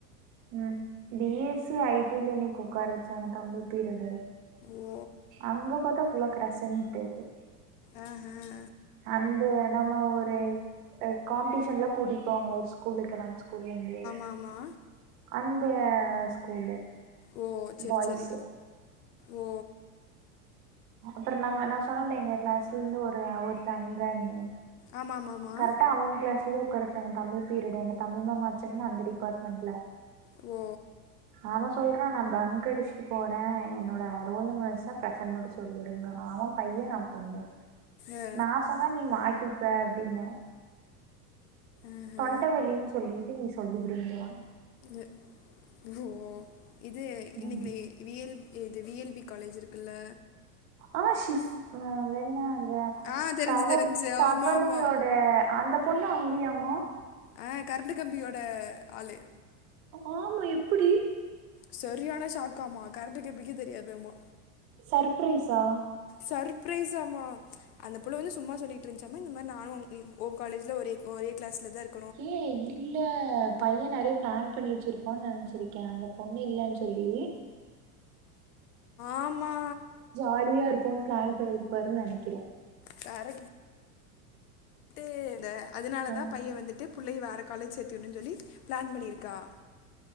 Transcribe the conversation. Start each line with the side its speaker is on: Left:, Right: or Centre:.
Right: ம் பி எஸ் சி ஐ டில இன்னிக்கி ஒக்கார வெச்சாங்க தமிழ் பீரியடு
Left: ஓ
Right: அங்க பாத்தா ஃபுல்லா ப்ரசன்ட்டு இது
Left: அஹ
Right: அந்த நம்ம ஒரு காம்ப்டிஷன்லா கூட்டிட்போவாகல்ல ஒரு ஸ்கூலுக்கு நம்ம ஸ் கூல்லந்து
Left: ஆமா
Right: அந்த ஸ்கூலு
Left: ஓ செர்
Right: பாய்ஸு
Left: செரி ஓ
Right: அப்பறோ நம்ம நா சொன்னல்ல எங்க கிளாஸ்ல இருந்து ஒரு ஒருத்த அங்கன்னு
Left: ஆமாம் ஆமாம் ஆமாம்
Right: கரெக்டா அவங்க கிளாஸ்ல ஒக்கார வெச் டாங்க தமிழ் பீரியட் எங்க தமிழ் மேம் ஆச்சன்ன அந்த டிபாட்மெண்ட்ல
Left: ஓ
Right: அவ சொல்றா நா பங்க் அடிஷ்ட்டு போற என்னோட ரோல் நம்பர் வந்ச்னா ப்ரெசன் மட்டு சொல்லிடுங்கிறா அவ பைய நா பொண்ணு
Left: ஆ,
Right: நா சொன்ன நீ மாட்டிப்ப அப்டின்ன
Left: ஆஹா
Right: தொண்டவலின் சொல்லிட்டு நீ சொல்லிடுங்கிறா
Left: அ ஓ இது
Right: ம்
Left: இன்னைக்கு நீ விஎல் இது வி எல் பி காலேஜ் இருக்குல்ல
Right: ஆ ஷிஸ் அ வென்ன அத
Left: ஆ தெரிஞ்சு
Right: தவ
Left: தெரிஞ்சு
Right: தவளையோட
Left: ஆமா ஆமா
Right: அந்தப் பொண்ணு அங்கியாம்மா
Left: ஆ கரெண்டு கம்பியோட ஆளு
Right: ஆமா எப்பிடி
Left: செரியான ஷாக்காமா கரண்ட்டு கம்பிக்கே தெரியாதாமா
Right: சர்ப்ரைஸா
Left: சர்ப்ரைஸாமா அந்த புள்ள வந்து சும்மா சொல்லிட்ருந்ச்சாமா இந்த மாரி நானு உ உ காலேஜ்ல ஒரே ஒரே க்ளாஸ்லதா இரு
Right: ஏ இல்ல பைய நெறைய ப்ளான் பண்ணி வெச்சிருப்பான் நென்ச்சிருக்க அந்த பொண்ணு இல்லன் சொல்லி
Left: ஆமா
Right: ஆலியா இருப்போன் ப்ளான் பண்ணிருப்பாருன் நெனைக்கிற
Left: கரெக் ட்டு த அதனாலதா
Right: ஆ
Left: பைய வந்துட்டு புள்ளய வேற காலேஜ் சேர்த்திவிட்ணுன் சொல்லி ப்ளான் பண்ணியிருக்கான்